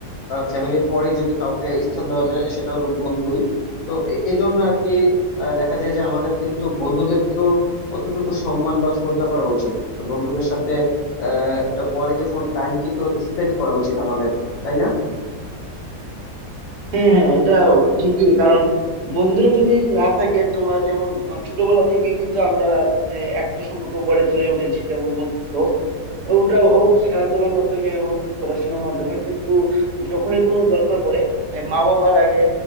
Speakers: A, on the left; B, on the right.
A: ফ্যামিলির পরেই যদি কাউকে স্থান দেওয়া যায় সেটা হলো বন্ধুই তো এ- এই জন্য আর কি আহ, দেখা যায় যে আমাদের কিন্তু বন্ধুদেরকেও কতটুকু সম্মান বা শ্রদ্ধা করা উচিত বন্ধুদের সাথে আহ, একটা কোয়ালিটিফুল টাইম কিন্তু স্পেন্ড করা উচিত আমাদের তাই না
B: হ্যাঁ হ্যাঁ এটা ঠিকই কারণ বন্ধুরা যদি না থাকে তোমার যেমন আহ, ছোটবেলা থেকে কিন্তু আমরা আহ, একটা সম্পর্ক গড়ে তুলে উঠেছি যেমন বন্ধুত্ব ওটা হোক খেলাধুলার মাধ্যমে হোক পড়াশোনার মাধ্যমে কিন্তু যখনই কোনো দরকার পড়ে মানে মা বাবার আগে